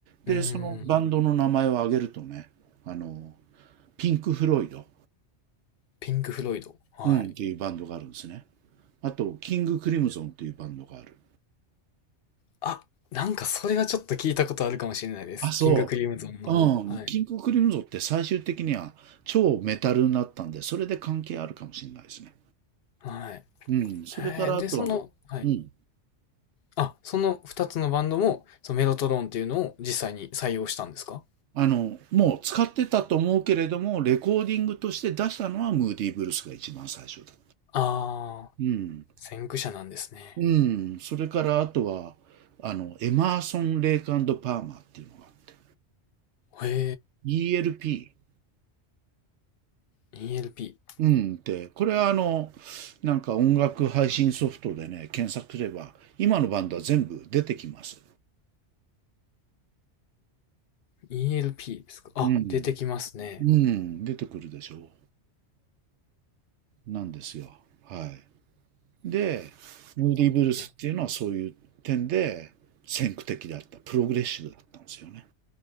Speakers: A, on the right; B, on the left.
A: でそのバンドの名前を挙げるとねあの
B: うん。
A: ピンク・フロイド、
B: ピンク・フロイド。はい。
A: うん、っていうバンドがあるんですねあとキング・クリムゾンっていうバンドがある
B: あ、なんかそれはちょっと聞いたことあるかもしれないです。
A: あ、そ
B: キングクリムゾンの方。
A: う。うん、
B: はい。
A: キングクリムゾンって最終的には超メタルになったんで、それで関係あるかもしれないですね。
B: はい。
A: うん、それからあとはね、
B: えーで、その、はい。
A: うん、
B: あ、その2つのバンドも、そのメロトロンっていうのを実際に採用したんですか
A: あの、もう使ってたと思うけれども、レコーディングとして出したのはムーディーブルースが一番最初だ。
B: ああ
A: うん、
B: ー、先駆者なんですね。
A: うん、それからあとは、あの、エマーソン・レイクパーマーっていうのがあって、
B: へ
A: ELP。
B: え、ELP。
A: うん、って、これはあの、なんか音楽配信ソフトでね、検索すれば、今のバンドは全部出てきます。
B: ELP ですか。あ、
A: うん。
B: 出てきますね。
A: うん、出てくるでしょう。なんですよ。はい。で、ムーディ・
B: なるほど。
A: ブルースっていうのはそういう点で先駆的だった。プログレッシブだったんですよね。